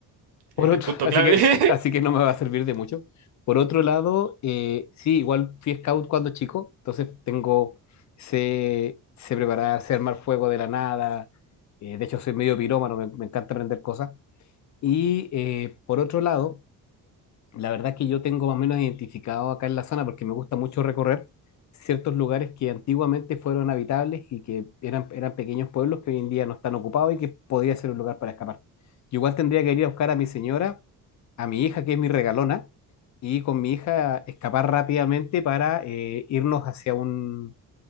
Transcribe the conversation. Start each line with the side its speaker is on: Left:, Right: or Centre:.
Left: Por
Right: Eh,
Left: otro,
Right: eh, punto
Left: <laughs> así
Right: clave.
Left: que,
Right: <laughs>
Left: así que no me va a servir de mucho. Por otro lado, eh, sí, igual fui scout cuando chico, entonces tengo, sé, sé preparar, sé armar fuego de la nada. Eh, de hecho, soy medio pirómano, me, me encanta aprender cosas. Y eh, por otro lado, la verdad es que yo tengo más o menos identificado acá en la zona porque me gusta mucho recorrer ciertos lugares que antiguamente fueron habitables y que eran, eran pequeños pueblos que hoy en día no están ocupados y que podría ser un lugar para escapar. Yo igual tendría que ir a buscar a mi señora, a mi hija, que es mi regalona, y con mi hija escapar rápidamente para eh, irnos hacia un,